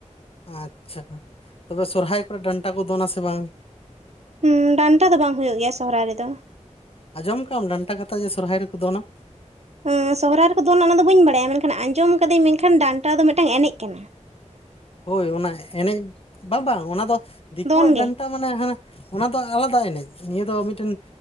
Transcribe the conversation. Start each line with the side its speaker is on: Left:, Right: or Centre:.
Left: ᱟᱪᱪᱷᱟ, ᱛᱚᱵᱮ ᱥᱚᱨᱦᱟᱭ ᱠᱚᱨᱮ ᱰᱟᱱᱴᱟ ᱠᱚ ᱫᱚᱱᱟ ᱥᱮ ᱵᱟᱝ?
Right: ᱦᱩᱸ ᱰᱟᱱᱴᱟ ᱫᱚ ᱵᱟᱝ ᱦᱩᱭᱩᱜ ᱜᱮᱭᱟ ᱥᱚᱦᱚᱨᱟᱭ ᱨᱮᱫᱚ ᱾
Left: ᱟᱸᱡᱚᱢ ᱠᱟᱜ-ᱟᱢ ᱰᱟᱱᱴᱟ ᱠᱟᱛᱷᱟ ᱡᱮ ᱥᱚᱨᱦᱟᱭ ᱨᱮᱠᱚ ᱫᱚᱱᱟ?
Right: ᱩᱸ ᱥᱚᱦᱚᱨᱟᱭ ᱨᱮᱠᱚ ᱫᱚᱱᱟ ᱚᱱᱟ ᱫᱚ ᱵᱟᱹᱧ ᱵᱟᱲᱟᱭᱟ, ᱢᱮᱱᱠᱷᱟᱱ ᱟᱸᱡᱚᱢ ᱠᱟᱹᱫᱟᱹᱧ ᱢᱮᱱᱠᱷᱟᱱ ᱰᱟᱱᱴᱟ ᱫᱚ ᱢᱮᱫᱴᱟᱝ ᱮᱱᱮᱡ ᱠᱟᱱᱟ ᱾ <unintelligible>
Left: ᱦᱳᱭ ᱚᱱᱟ ᱮᱱᱮᱡ, ᱵᱟᱝ ᱵᱟᱝ ᱚᱱᱟ ᱫᱚ ᱫᱤᱠᱩᱣᱟᱜ
Right: ᱫᱚᱱ ᱜᱮ
Left: ᱰᱟᱱᱴ ᱫᱚ ᱢᱟᱱᱮ ᱦᱟᱱᱮ ᱚᱱᱟ ᱫᱚ ᱟᱞᱟᱫᱟ ᱮᱱᱮᱡ, ᱱᱤᱭᱟᱹ ᱫᱚ ᱢᱤᱫᱴᱮᱱ